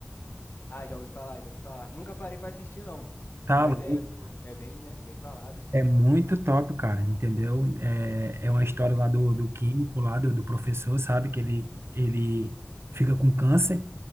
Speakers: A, on the left; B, on the right.
A: Ah, já ouvi falar, já ouvi falar. Nunca parei pra assistir, não.
B: tá
A: Mas
B: louco?
A: é, é bem, né? Bem falada.
B: É muito top, cara, entendeu? É, é uma história lá do, do químico, lá do, do professor, sabe? Que ele, ele fica com câncer.